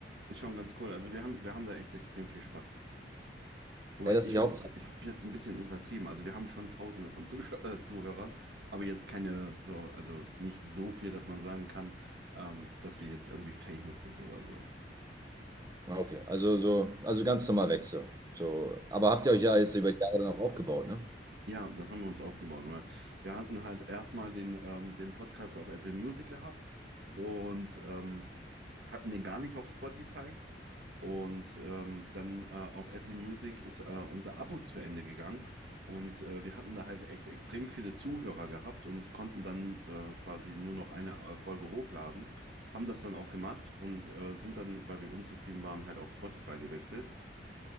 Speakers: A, on the right; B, on the right.
A: ist schon ganz cool. Also wir haben, wir haben da echt extrem viel Spaß dran. Wobei
B: Ey,
A: ich,
B: das ist die
A: ich,
B: Hauptsache.
A: ich habe jetzt ein bisschen untertrieben. Also wir haben schon Tausende von Zusch äh, Zuhörern, aber jetzt keine so, also nicht so viel, dass man sagen kann, ähm, dass wir jetzt irgendwie famous sind oder so.
B: Ah, Okay, also so, also ganz normal weg so. So, aber habt ihr euch ja jetzt über die Jahre dann auch aufgebaut, ne?
A: Ja, das haben wir uns aufgebaut, weil wir hatten halt erstmal den, ähm, den Podcast auf Apple Music gehabt und ähm, hatten den gar nicht auf Spotify. Und ähm, dann äh, auf Apple Music ist äh, unser Abo zu Ende gegangen. Und äh, wir hatten da halt echt extrem viele Zuhörer gehabt und konnten dann äh, quasi nur noch eine äh, Folge hochladen. Haben das dann auch gemacht und äh, sind dann, weil wir unzufrieden waren, halt auf Spotify gewechselt.